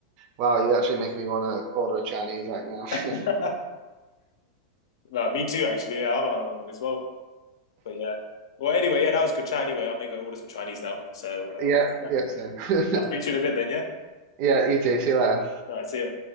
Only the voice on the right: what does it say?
Wow, you're actually making me want to order a Chinese right now.
<laughs>
Yeah,
yeah, same. <laughs>
Yeah, you too. See you later.